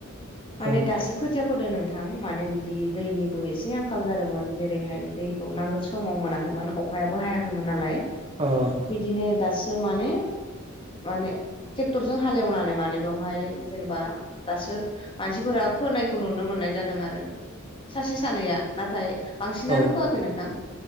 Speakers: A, on the left; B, on the right.
A: माने
B: औ
A: दासो खोथिया फोदों नोंथां मानो बे वदि दैनिबो एसे आंखाल जादोंमोन जे ओरैहाय दैखौ नांगोन समाव मोनाखै। खोमोन अखायाबो हायाखैमोन नालाय।
B: अ
A: बिदिनो दासि ज माने माने ट्रेक्टरजों हालेवनानै मानो बेवहाय जेनेबा दासो मानसिफोरा फोनायखौ नुनो मोननाय जादों आरो। सासे सानैया नाथाय बांसिनानो
B: अ
A: फोआखै नोंथां।